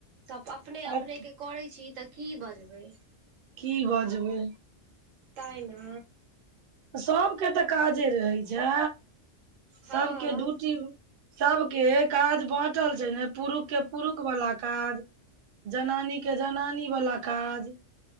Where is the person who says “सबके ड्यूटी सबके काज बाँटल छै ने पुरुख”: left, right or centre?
Right